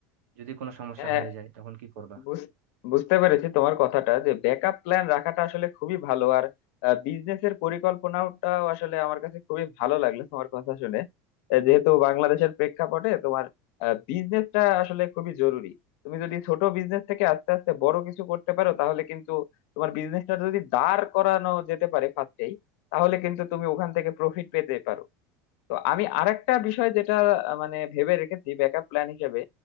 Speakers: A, on the right (about 90°); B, on the left (about 65°).
A: যদি কোনো সমস্যা
B: হ্যাঁ
A: হয়ে যায় তখন কি করবা
B: বুঝ- বুঝতে পেরেছি তোমার কথাটা যে ব্যাকআপ প্ল্যান রাখাটা আসলে খুবই ভালো আর বিজনেসের পরিকল্পনাটাও আসলে আমার কাছে খুবই ভালো লাগলো তোমার কথা শুনে আহ, যেহেতু বাংলাদেশের প্রেক্ষাপটে তোমার বিজনেসটা আসলে খুবই জরুরি তুমি যদি ছোট বিজনেস থেকে আস্তে আস্তে বড় কিছু করতে পারো তাহলে কিন্তু তোমার বিজনেসটা যদি দাঁড় করানো যেতে পারে ফার্স্টেই তাহলে কিন্তু তুমি ওখান থেকে প্রফিট পেতে পারো তো আমি আরেকটা বিষয় যেটা আহ, মানে ভেবে রেখেছি ব্যাকআপ প্ল্যান হিসেবে